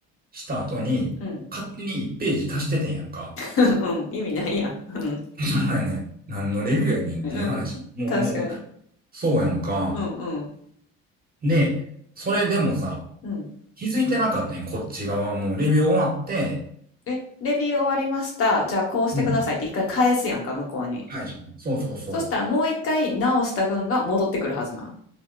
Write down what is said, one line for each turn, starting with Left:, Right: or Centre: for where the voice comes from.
Right: した後に、
Left: うん。
Right: 勝手に1ページ足しててんやんか。
Left: <laughs> うん、意味ないやん。うん、
Right: <laughs> そうやねん。何のレビューやねんっていう話。
Left: うん、
Right: もう、
Left: 確かに。
Right: もう、そうやんか。
Left: うんうん、
Right: で、それでもさ、
Left: うん。
Right: 気づいてなかったね、こっち側も。レビュー終わって、
Left: え、レビュー終わりました。じゃあこうしてくださいって一回返すやんか、
Right: うん。
Left: 向こうに。
Right: はい。そうそうそう。
Left: そしたらもう一回直した群が戻ってくるはずな